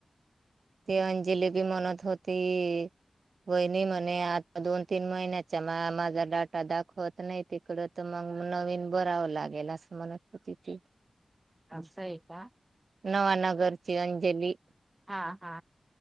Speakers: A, on the right; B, on the right.
A: ते अंजली बी म्हणत होती होहिणी म्हणे आता दोन तीन महिन्याचा म माझा डाटा दाखवत नाही तिकड तर मग नवीन बरावं लागेल असं म्हणत हो त
B: असं आहे का
A: नवानगरची अंजली
B: हा हा